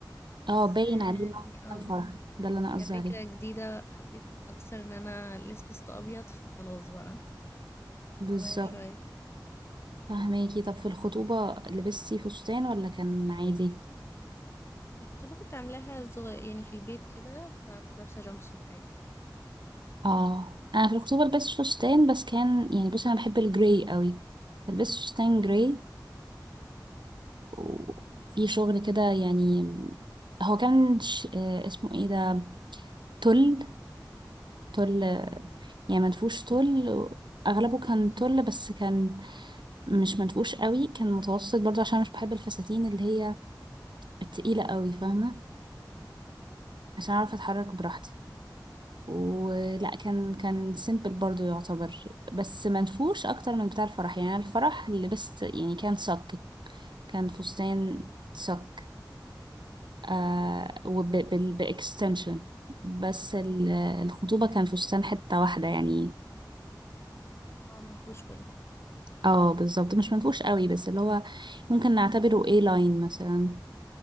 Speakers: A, on the left; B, on the right.
A: بس
B: اه باين
A: آه، يعني
B: عليه إنه
A: اه
B: فستان فرح ده اللي أنا
A: كفكرة
B: قصدي عليه
A: جديدة حبيت اكثر ان انا لبست ابيض فخلاص بقى
B: بالظبط
A: اغير شوية
B: فهماكي طب في الخطوبة لبستي فستان ولا كان عادي
A: كنت كنت عاملاها صغير يعني في البيت كده فكنت لابسة جامب سوت عادي
B: اه انا في الخطوبة لبست فستان بس كان يعني بصي انا بحب الجراي قوي فلبست فستان جراي وفي شغل كده يعني هو كان ش... آه، اسمه ايه ده تل تل
A: اه
B: يعني منفوش تل اغلبه كان تل بس كان مش منفوش قوي كان متوسط برضه عشان مش بحب الفساتين اللي هي التقيلة قوي فاهمة عشان اعرف اتحرك براحتي ولا كان كان سيمبل برضو يعتبر بس منفوش اكتر من بتاع الفرح يعني أنا الفرح اللي لبست يعني كان صك كان فستان صك آه وباكستنشن بس
A: اوكي
B: ال- الخطوبة كان فستان حتة واحدة يعني
A: اه منفوش كله
B: اه بالظبط مش منفوش قوي بس اللي هو ممكن نعتبره اي لاين مثلا